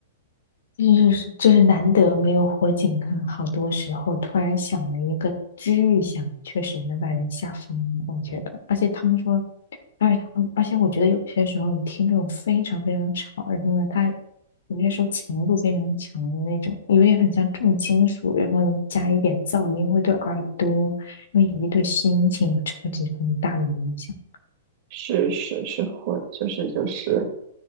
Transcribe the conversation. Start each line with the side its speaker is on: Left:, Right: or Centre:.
Left: 就是就是难得没有火警啊，很好多时候突然响了一个巨响，确实能把人吓疯，我觉得。而且他们说，而且他们，而且我觉得有些时候你听这种非常非常吵，然后呢，它有些时候强度非常强的那种，有点很像重金属，然后呢加一点噪音，会对耳朵，因为你对心情有超级超级大的影响。
Right: 是是是会，就是就是。